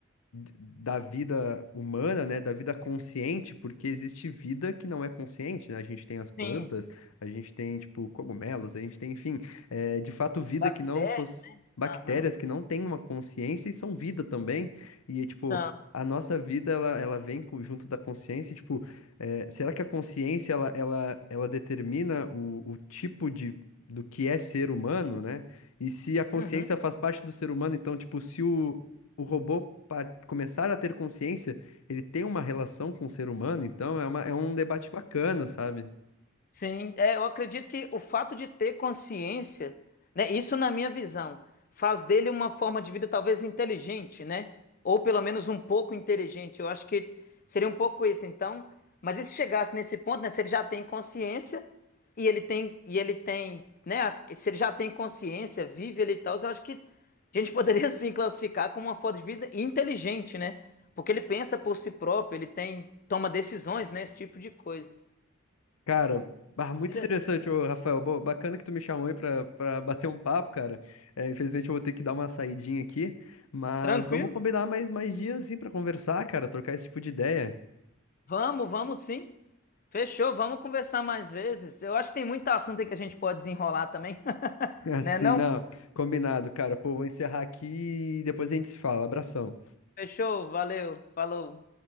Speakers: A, on the left (about 80°); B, on the left (about 40°).
A: d- da vida humana, né, da vida consciente, porque existe vida que não é consciente, né? A gente tem as plantas,
B: Sim,
A: a gente tem, tipo, cogumelos, a gente tem, enfim, é, de fato, vida
B: bactérias,
A: que não possui.
B: né?
A: Bactérias
B: Aham,
A: que não têm uma consciência e são vida também. E, é, tipo,
B: são.
A: a nossa vida, ela, ela vem co- junto da consciência. e, Tipo, é, será que a consciência, ela, ela, ela determina o, o tipo de, do que é ser humano, né? E se a consciência
B: Uhum.
A: faz parte do ser humano, então, tipo, se o, o robô, para começar a ter consciência, ele tem uma relação com o ser humano, então é, uma, é um debate bacana, sabe?
B: Sim, é, eu acredito que o fato de ter consciência, né, isso na minha visão, faz dele uma forma de vida talvez inteligente, né? Ou pelo menos um pouco inteligente. Eu acho que seria um pouco isso, então. Mas e se chegasse nesse ponto, né, se ele já tem consciência e ele tem e ele tem, né, se ele já tem consciência, vive ele e tal, eu acho que a gente poderia <laughs> sim classificar como uma forma de vida inteligente, né? Porque ele pensa por si próprio, ele tem, toma decisões, né, esse tipo de coisa.
A: Cara, bah, muito
B: Interessante.
A: interessante, ô, Rafael. Boa, bacana que tu me chamou aí pra, pra bater um papo, cara. É, infelizmente eu vou ter que dar uma saidinha aqui, mas
B: Tranquilo?
A: vamos combinar mais, mais dias, assim, pra conversar, cara, trocar esse tipo de ideia.
B: Vamos, vamos sim. Fechou, vamos conversar mais vezes. Eu acho que tem muito assunto aí que a gente pode desenrolar também. <laughs>
A: <laughs> Assim,
B: Né não?
A: não, combinado, cara. Pô, vou encerrar aqui e depois a gente se fala. Abração.
B: Fechou, valeu, falou.